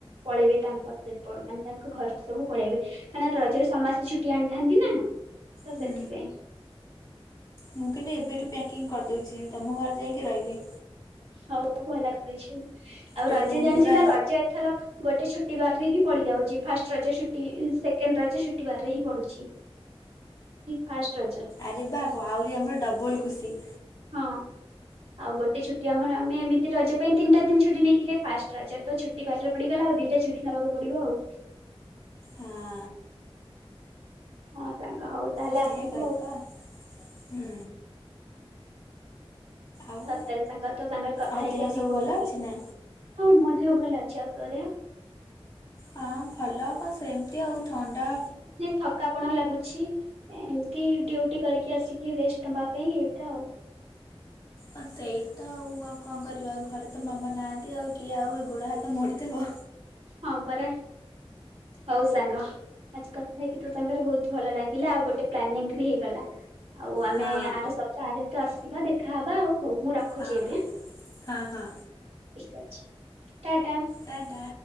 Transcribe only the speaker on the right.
ପଳେଇବେ ତାଙ୍କ ସେ ମାନେ ତାଙ୍କ ଘରକୁ ସବୁ ପଳେଇବେ। କାରଁ ରଜରେ ସମସ୍ତେ ଛୁଟି ଆଣିଥାନ୍ତି ନା ତ
ସେଥିପାଇଁ।
ହଉ ଭଲ କରିଛୁ, ଆଉ
ରଜ
ଜାଣିଛୁ
ନା ରଜ ଏଥର ଗୋଟେ ଛୁଟିିବାରରେ ହିଁ ପଡ଼ିଯାଉଛି, ଫାଷ୍ଟ ରଜ ଛୁଟି ସେକେଣ୍ଡ ରଜ ଛୁଟ ବାର ରେ ହିଁ ପଡୁଛି। ଫାଷ୍ଟ ର
ହଁ ଆଉ ଗୋଟେ ଛୁ ଛୁଟି ଆମ ଆମେ ଏମିତି ରଜ ପାଇଁ ତିିଟା ଦିନ ଛୁଟି ନେଇଥିଲେ, ଫାଷ୍ଟ ରଜ ତ ଛୁଟି ବାରରେ ପଡିଗଲା ଆ ଦୁଟା ଛୁଟି ନେବାକୁ ପଢିବ ଆଉ।
ହଁ ସାଙ୍ଗ ହଉ। ତାହେଲେ
ଆସିବୁ
ଆଉ।
ସତରେ ସାଙ୍ଗ ତୋ ସାଙ୍ଗରେ କଥା
ହେଇକି
ଆଜି
ବହୁତ ଭଲ
ଲାଗେ
ହଁ ମୋ ଦେହ ଭଲ ଅଛି, ଆଉ ତୋ ଦେହ?
ଥକାପଣା ଲାଗୁଛି, ଏମିତି ଡ୍ୟଉଟି କରିକି ଆସିକି ରେଷ୍ଟ ନବା ପାଇଁ ଏଇଟା ଆଉ।
ହଁ ପରା। ହଉ ସାଙ୍ଗ ଆଜି କଥା ହେଇକି ତୋ ସାଙ୍ଗରେ ବହୁତ ଭଲ ଲାଗିଲା। ଆଉ ଗୋଟେ ପ୍ଲାନିଙ୍ଗ ବି ହେଇଗଲା। ଆଉ ଆମେ
ଆର ସପ୍ତାହରେ ତ ଆସିବା, ଦେଖା ହବା ଆଉ, ହଉ ମୁଁ ର ଖୁଛି
ଏବେ
ଠିକ ଅଛି ଟା ଟା।